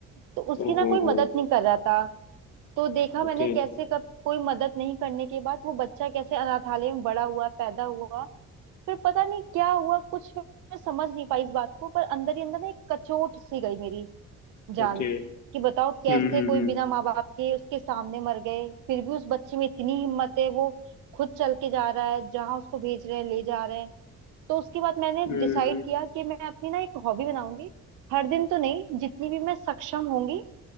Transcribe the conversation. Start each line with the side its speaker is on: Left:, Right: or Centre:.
Right: तो उसकी
Left: ओहो
Right: ना कोई मदद
Left: हो
Right: नहीं कर रहा था तो देखा मैंने
Left: ओके
Right: कैसे कब कोई मदद नहीं करने के बाद वो बच्चा कैसे अनाथालय में बड़ा हुआ पैदा हुआ फिर पता नहीं क्या हुआ कुछ मैं समझ नहीं पाई इस बात को पर अंदर ही अंदर ना एक कचोट सी गई मेरी जान
Left: ओके
Right: कि बताओ कैसे
Left: हम्म
Right: कोई
Left: हम्म
Right: बिना माँ बाप के उसके सामने मर गए फिर भी उस बच्चे में इतनी हिम्मत है वो खुद चल के जा रहा है जहाँ उसको भेज रहे हैं ले जा रहे हैं तो उसके बाद मैंने
Left: हम्म
Right: डिसाइड
Left: हम्म,
Right: किया कि मैं अपनी ना एक हॉबी बनाऊंगी हर दिन तो नहीं जितनी भी मैं सक्षम होंगी